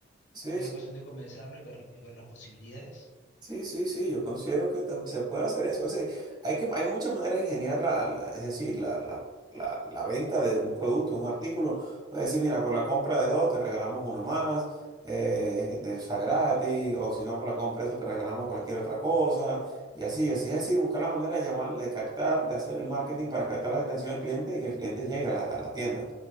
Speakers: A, on the right; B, on the left.
A: Sí,
B: Sería cuestión de comenzarlo y ver, y ver las posibilidades.
A: Sí, sí, sí, yo considero que tam- se puede hacer eso. O sea, hay que, hay muchas maneras de ingeniar la, la- es decir, la, la, la, la venta de un producto, de un artículo. Puedes decir, mira, por la compra de dos te regalamos uno más, eh, de esa gratis, o si no, por la compra de esto te regalamos cualquier otra cosa, y así, así es decir, buscar la manera de llamar, de captar, de hacer el marketing para captar la atención del cliente y que el cliente llegue a la, a la tienda.